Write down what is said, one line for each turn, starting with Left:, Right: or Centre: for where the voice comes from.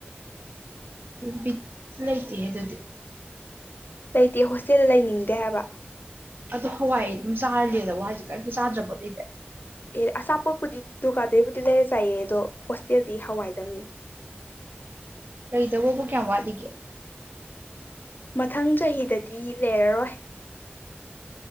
Right: ꯕꯤꯠ ꯂꯩꯇꯦ ꯑꯗꯨꯗꯤ
Left: ꯂꯩꯇꯦ ꯍꯣꯁꯇꯦꯜ ꯂꯩꯅꯤꯡꯗꯦ ꯍꯥꯏꯕ
Right: ꯑꯗꯣ ꯍꯋꯥꯏ ꯑꯗꯨꯝ ꯆꯥꯔꯂꯗ ꯍꯏꯁꯦ ꯀꯔꯤꯝꯇ ꯆꯥꯗ꯭ꯔꯕꯣꯠꯩꯗꯤ
Left: ꯑꯦ ꯑꯆꯥꯄꯣꯠꯄꯨꯗꯤ ꯗꯨꯀꯥꯟꯗꯩꯕꯨꯗꯤ ꯂꯩꯔ ꯆꯥꯏꯌꯦ ꯑꯗꯣ ꯍꯣꯁꯇꯦꯜꯗꯤ ꯍꯋꯥꯏꯗꯪꯅꯤ
Right: ꯀꯩꯗꯧꯕꯣꯕꯨ ꯀꯌꯥ ꯋꯥꯗꯒꯦ
Left: ꯃꯊꯪ ꯆꯍꯤꯗꯗꯤ ꯂꯩꯔꯔꯣꯏ